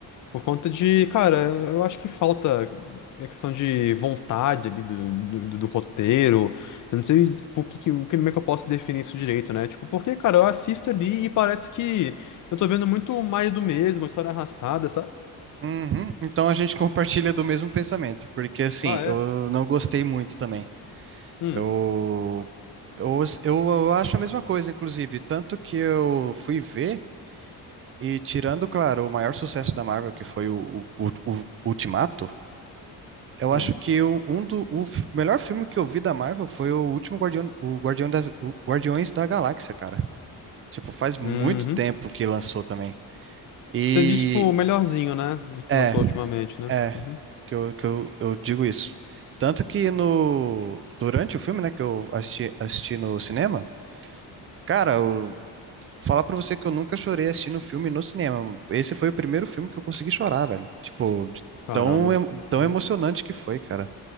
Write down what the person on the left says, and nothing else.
Por conta de, cara, eu acho que falta a questão de vontade ali do, do, do- do roteiro. Eu não sei, tipo, o que, que- o que- como é que eu posso definir isso direito, né? Tipo, porque, cara, eu assisto ali e parece que eu tô vendo muito mais do mesmo, história arrastada, sabe?
Ah, é.
Hum.
Hum.
Uhum.
Você disse, tipo, o melhorzinho, né? Que
lançou ultimamente, né?
Uhum.
Caramba.
Uhum.